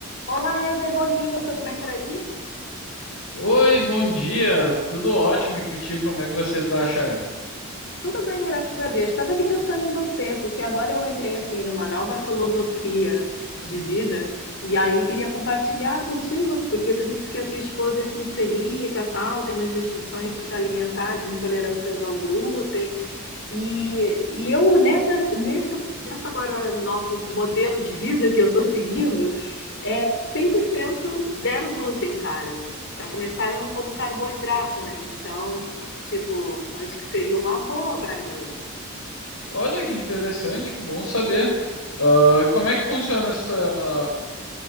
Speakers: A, on the left; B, on the left.
A: Olá, Eder, bom dia, tudo bem por aí?
B: Oi, bom dia, tudo ótimo e contigo? Como é que você tá, Chay?
A: Tudo bem, graças a Deus. Estava aqui pensando em você, porque agora eu entrei assim numa nova filosofia de vida e aí queria compartilhar contigo, porque tu disse que a tua esposa é sincelica, tal, tem umas restrições alimentares, intolerâncias ao glúten e, e eu nessa nessa nessa agora novo modelo de vida que eu estou seguindo É 100% zero glúten, cara. Pra começar, eu não como carboidrato, né? Então, tipo, acho que seria uma boa pra ela.
B: Olha que interessante, que bom saber. Ah, como é que funciona esta.